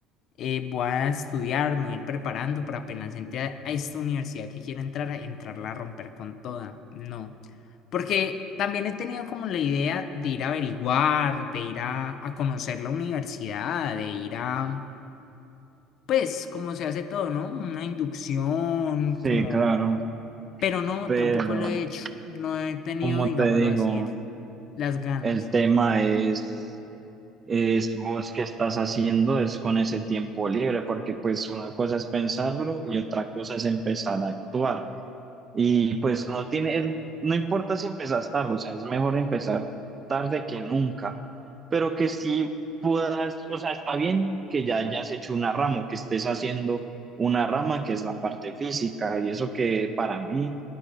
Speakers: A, on the left; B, on the right.
A: eh, voy a estudiar, me voy a ir preparando para apenas entre a, a esta universidad que quiero entrar, a entrarla a romper con toda. No. Porque también he tenido como la idea de ir a averiguar, de ir a, a conocer la universidad, de ir a pues como se hace todo, ¿no? Una inducción,
B: Sí,
A: como...
B: claro,
A: Pero no,
B: pero
A: tampoco lo he hecho. No he tenido,
B: como
A: digámoslo
B: te digo,
A: así, el- las ganas.
B: el tema es... es vos qué estás haciendo es con ese tiempo libre, porque pues una cosa es pensarlo y otra cosa es empezar a actuar. Y pues no tiene, el- no importa si empezas tarde, o sea, es mejor empezar tarde que nunca, pero que sí puedas, o sea, está bien que ya hayas hecho una rama, o que estés haciendo una rama que es la parte física y eso que para mí